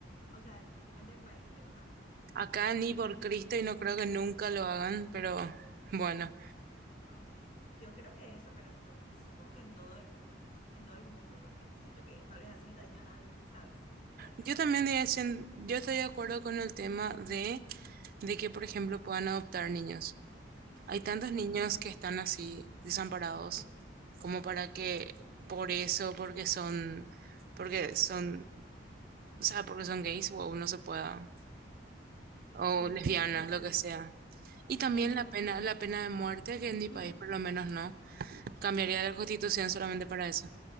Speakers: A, on the left (about 40°); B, on the right (about 50°).
A: o sea, depende del país, creo, ¿no?
B: Acá ni por Cristo y no creo que nunca lo hagan, pero bueno.
A: Ok, yo creo que eso, pero en to- supongo que en todo el, en todo el mundo, porque siento que no les hacen daño a nadie, ¿sabes? O sea, estoy
B: Yo
A: de acuerdo
B: también diría,
A: con eso.
B: cien- yo estoy de acuerdo con el tema de, de que, por ejemplo, puedan adoptar niños. Hay tantos
A: Sí,
B: niños que están así, desamparados,
A: sí, sí,
B: como para que
A: sí,
B: por eso, porque son, porque son, o sea, porque son gays, o no se pueda, o
A: sí,
B: lesbianas,
A: es real,
B: lo que sea. Y también
A: es real.
B: la pena, la pena de muerte, que en mi país
A: Mm,
B: por lo menos no, cambiaría
A: sí,
B: la constitución solamente para eso.